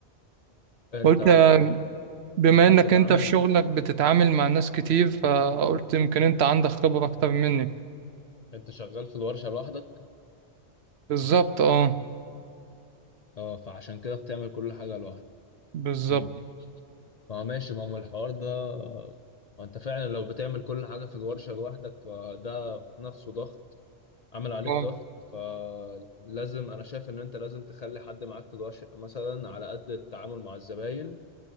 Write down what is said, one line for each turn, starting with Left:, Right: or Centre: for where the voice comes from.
Left: انت
Right: قلت آه، بما
Left: انت
Right: انك
Left: بتتعامل
Right: انت في شغلك بتتعامل مع ناس كتير فقلت يمكن انت عندك خبره اكتر مني
Left: انت شغال في الورشة لوحدك
Right: بالظبط اه
Left: اه فعشان كده بتعمل كل حاجة لوحدك
Right: بالظبط
Left: امم ما ماشي ما هو الحوار ده آه، ما انت فعلا لو بتعمل كل حاجة في الورشة لوحدك فده نفسه ضغط عمل عليك
Right: آه.
Left: ضغط فلازم انا شايف ان انت لازم تخلي حد معاك في الورشة مثلا على قد التعامل مع الزباين